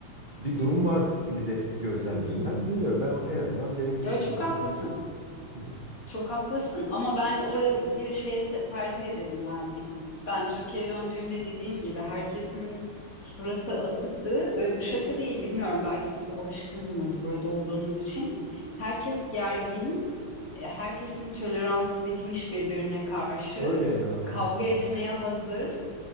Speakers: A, on the right; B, on the left.
A: bir durum var gibi de gözlemledim
B: hı hı.
A: ben. Bilmiyorum ben o- en azından benim
B: Ya
A: deneyimim
B: çok haklısın.
A: o şekilde. Hı hı.
B: Çok haklısın ama ben orayı şeye te- tercih ederim yani. Ben Türkiye'ye döndüğümde dediğim gibi herkesin suratı asıktı ve bu şaka değil. Bilmiyorum belki siz alışkındınız burada olduğunuz için. Herkes gergin, e, herkesin toleransı bitmiş birbirine karşı.
A: Öyle ya
B: Kavga
A: vallahi.
B: etmeye hazır.